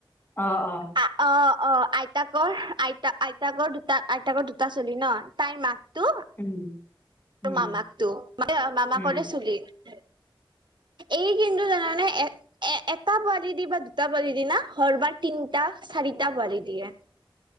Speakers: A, on the left (about 25°); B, on the right (about 60°).
A: অ অ
B: অ-অ আইতাকৰ আইতা আইতাকৰ দুটা আইতাকৰ দুটা চলি ন, তাইৰ মাকতো
A: উম
B: তোৰ
A: উম
B: মামাকটো, মানে মামাকৰে
A: উম
B: চলি৷ এই কিন্তু জানানে এ এ এটা পোৱালি দি বা দুটা পোৱালি দি না ধৰবাৰ তিনিটা চাৰিটা পোৱালি দিয়ে।